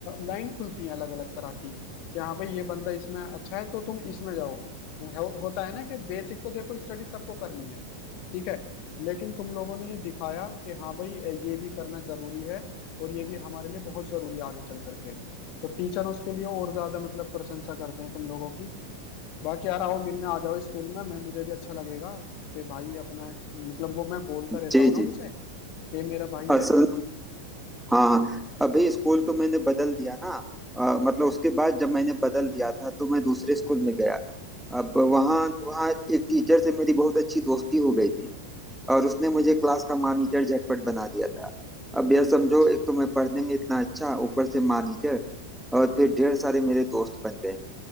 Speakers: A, on the left; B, in the centre.
A: लाइन खुलती है अलग अलग तरह की कि हाँ भाई ये बंदा इसमें अच्छा है तो तुम इसमें जाओ हो, होता है ना कि बेसिक तो देखो स्टडी सबको करनी है ठीक है लेकिन तुम लोगों ने ये दिखाया कि हाँ भाई ये भी करना जरूरी है और ये भी हमारे लिए बहुत जरूरी है आगे चल करके तो टीचर उसके लिए और ज्यादा मतलब प्रशंसा करते हैं तुम लोगों की बाकी यार आओ मिलने आ जाओ स्कूल में मैं मुझे भी अच्छा लगेगा कि भाई अपना मतलब वो मैं बोलता रहता
B: जी
A: हूँ ना
B: जी
A: उनसे ये मेरा भाई
B: और
A: है
B: सब हाँ हाँ, अभी स्कूल तो मैंने बदल दिया ना अ, मतलब उसके बाद जब मैंने बदल दिया था तो मैं दूसरे स्कूल में गया अब वहाँ वहाँ एक टीचर से मेरी बहुत अच्छी दोस्ती हो गई थी और उसने मुझे क्लास का मॉनिटर झटपट बना दिया था अब यह समझो
A: अच्छा
B: एक तो मैं पढ़ने में इतना अच्छा ऊपर से मॉनिटर और फिर ढेर सारे मेरे दोस्त बन गए